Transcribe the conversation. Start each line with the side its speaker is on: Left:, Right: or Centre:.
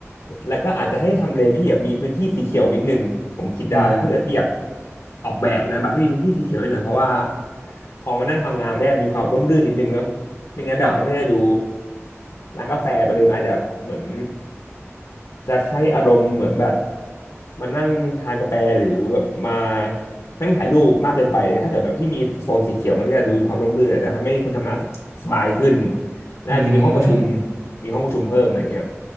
Left: แล้วก็อาจจะให้ทำเลพี่แบบมีพื้นที่สีเขียวนิดนึงผมคิดได้นะถ้าเกิดพี่อยาก
Right: อืม
Left: ออกแบบนะแบบให้มีพื้นที่สีเขียวนิดหน่อยเพราะว่าพอมานั่งทำงานม่ได้มีความร่มรื่นนิดนึงเนอะไม่งั้นแบบมันก็จะดู
Right: ครับ
Left: ร้านกาแฟไปเลยมันอาจจะเหมือน จะให้อารมณ์เหมือนแบบมานั่งทานกาแฟหรือแบบมานั่งถ่ายรูปมากเกินไปถ้าเกิดแบบที่มีโซนสีเขียวมันก็จะดูมีความร่มรื่นอาจจะทำให้คนทำงานสบายขึ้นและอาจจะมีห้องประชุม
Right: อืม
Left: มีห้องประชุมเพิ่มอะไรเงี้ย